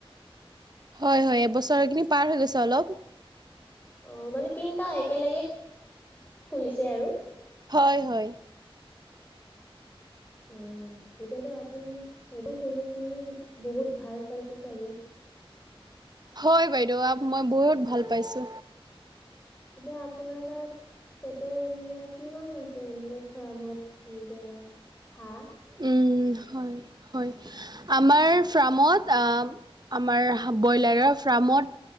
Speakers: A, on the right; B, on the left.
A: হয় হয় এবছৰ এখিনি পাৰ হৈ গৈছে অলপ।
B: অ মানে তিনটা একেলেগে খুলিছে আৰু
A: হয় হয়।
B: অ। এতিয়াতো আপুনি এইটো খুলি কিনি বহুত ভাল পাইছে চাগে?
A: হয় বাইদেউ আ মই বহুত ভাল পাইছো।
B: কিবা আপোনাৰ তাত তোটেল এনেকা কিমান আছে, এনেকে ফাৰ্মত এনেকা। হা।
A: উম হয়। হয়। আমাৰ ফ্ৰামত আ আমাৰ ব্ৰইলাৰৰ ফাৰ্মত